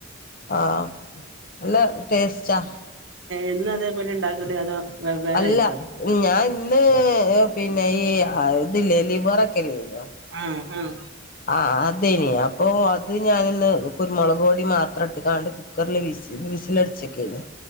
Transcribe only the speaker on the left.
ആഹ് നല്ല ടേസ്റ്റാ
അല്ല
ഞാൻ <unintelligible> പിന്നെ ഈ അതില്ലേ ലിവറക്കയില്ലെ
ആ അതെനി അപ്പോ ഇത് ഞാനിന്ന് കുരുമൊളക്പൊടി മാത്രം ഇട്ട് കണ്ട് കുക്കറിൽ വിസി വിസിലടിച്ചേക്കേനി